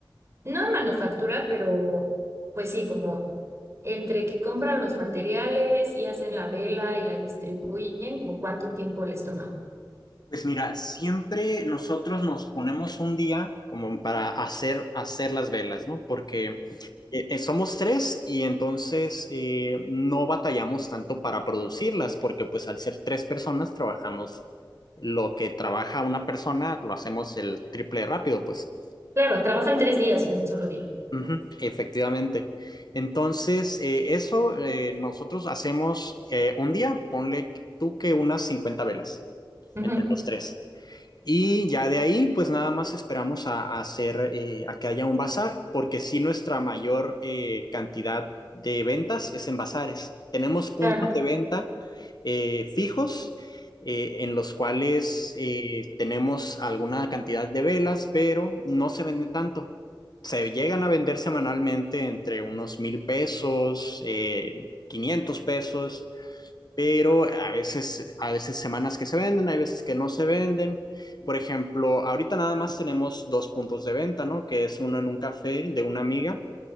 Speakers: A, on the right; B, on the left.
A: no de manufactura, pero pues sí, como entre que compran los materiales y hacen la vela y la distribuyen, como cuánto tiempo les toma?
B: Pues mira, siempre nosotros nos ponemos un día como para hacer, hacer las velas, ¿no? Porque Eh, eh, somos tres y entonces eh, no batallamos tanto para producirlas porque pues al ser tres personas trabajamos lo que trabaja una persona lo hacemos el triple de rápido pues.
A: Claro, trabajan tres días en un solo día.
B: Ujú, efectivamente. Entonces eh, eso eh, nosotros hacemos eh, un día, ponle tú que unas 50 velas
A: Ujú,
B: entre los tres. Y ya de ahí, pues nada más esperamos a, a hacer, eh, a que haya un bazar, porque sí nuestra mayor eh, cantidad de ventas es en bazares. Tenemos puntos
A: Claro.
B: de venta eh, fijos eh, en los cuales eh, tenemos alguna cantidad de velas, pero no se vende tanto. Se llegan a vender semanalmente entre unos mil pesos, eh, 500 pesos, pero a veces, a veces semanas que se venden, hay veces que no se venden. Por ejemplo, ahorita nada más tenemos dos puntos de venta, ¿no? Que es uno en un café de una amiga